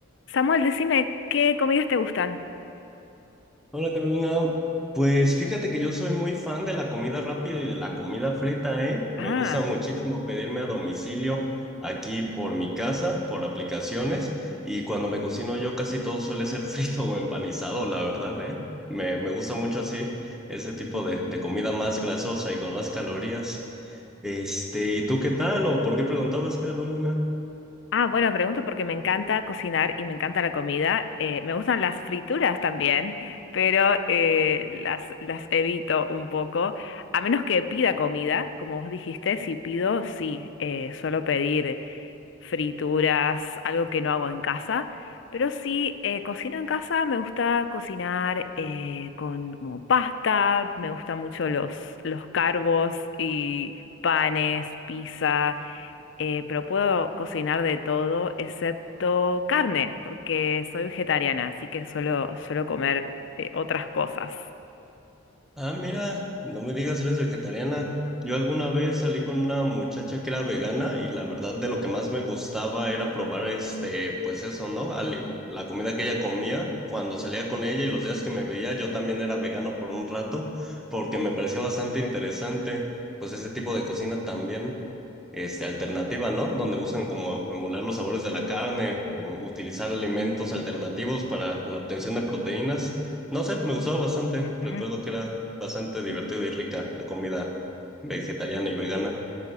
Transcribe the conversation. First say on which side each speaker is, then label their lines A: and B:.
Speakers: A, on the left; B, in the centre.
A: Samuel, decime, ¿qué comidas te gustan?
B: Hola Carolina, pues fíjate que yo soy muy fan de la comida rápida y de la comida frita, ¿eh? Me
A: Ah,
B: gusta muchísimo pedirme a domicilio aquí por mi casa, por aplicaciones, y cuando me cocino yo casi todo suele ser <laughs> frito o empanizado, la verdad, ¿eh? Me, me gusta mucho así ese tipo de, de comida más grasosa y con más calorías. Este, ¿y tú qué tal? ¿O por qué preguntabas, Carolina?
A: Ah, bueno, pregunto porque me encanta cocinar y me encanta la comida. Eh, me gustan las frituras también, pero eh, las, las evito un poco. A menos que pida comida, como vos dijiste, si pido, sí, eh, suelo pedir. frituras, algo que no hago en casa. Pero sí, eh, cocino en casa, me gusta cocinar eh, con como pasta, me gustan mucho los, los carbos y panes, pizza, eh, pero puedo cocinar de todo excepto carne, porque soy vegetariana, así que suelo, suelo comer eh, otras cosas.
B: Ah, mira, no me digas, eres vegetariana. Yo alguna vez salí con una muchacha que era vegana y la verdad de lo que más me gustaba era probar este, pues eso, ¿no? Ali- la comida que ella comía cuando salía con ella y los días que me veía, yo también era vegano por un rato porque me pareció bastante interesante, pues ese tipo de cocina también, este, alternativa, ¿no? Donde buscan como emular los sabores de la carne o utilizar alimentos alternativos para la obtención de proteínas. No sé, me gustaba bastante.
A: Ujú.
B: Recuerdo que era bastante divertida y rica la comida vegetariana y vegana.